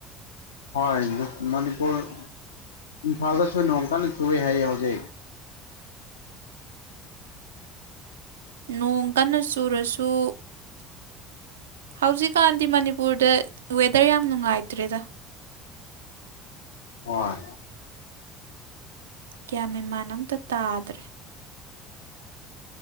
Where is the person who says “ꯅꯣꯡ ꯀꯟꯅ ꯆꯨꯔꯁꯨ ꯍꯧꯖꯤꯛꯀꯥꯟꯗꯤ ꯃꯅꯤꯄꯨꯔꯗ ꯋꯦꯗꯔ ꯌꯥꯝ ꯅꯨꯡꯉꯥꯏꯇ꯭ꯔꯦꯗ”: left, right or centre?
Right